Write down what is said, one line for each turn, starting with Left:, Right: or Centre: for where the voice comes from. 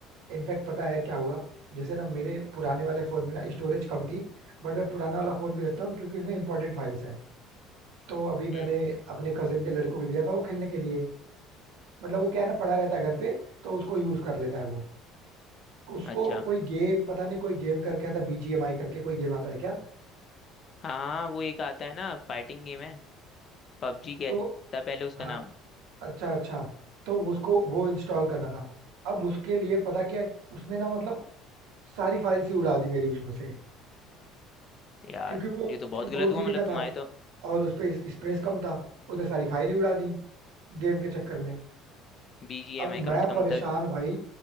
Right: इनफैक्ट पता है क्या हुआ जैसे ना मेरे पुराने वाले फोन में ना स्टोरेज कम थी बट मैं पुराना वाला फोन भी रखता हूँ क्योंकि उसमें इंपॉर्टेंट फाइल्स है तो अभी
Left: हम्म
Right: मैंने अपने कजिन के लड़कों को दिया था वो खेलने के लिए मतलब वो क्या है ना पड़ा रहता है घर पे तो उसको यूज कर लेता है वो उसको
Left: अच्छा
Right: कोई गेम पता नहीं कोई गेम करके आता है बीजीएमआई करके कोई गेम आता है क्या
Left: हाँ वो एक आता है ना फाइटिंग गेम है पबजी कहता
Right: तो
Left: पहले उसका
Right: हाँ
Left: नाम
Right: अच्छा अच्छा तो उसको वो इंस्टॉल करना था अब उसके लिए पता क्या उसने ना मतलब सारी फाइल्स ही उड़ा दी मेरी उसमें से
Left: यार
Right: क्योंकि वो
Left: ये
Right: सिक्सटी
Left: तो बहुत गलत
Right: फोर जीबी
Left: हुआ मतलब
Right: का
Left: तुम्हारे
Right: था
Left: तो
Right: और उसपे स- स्पेस कम था उसने सारी फाइल ही उड़ा दी गेम के चक्कर में
Left: बीजीएमआई
Right: अब मैं
Left: कम से
Right: परेशान
Left: कम दस
Right: भाई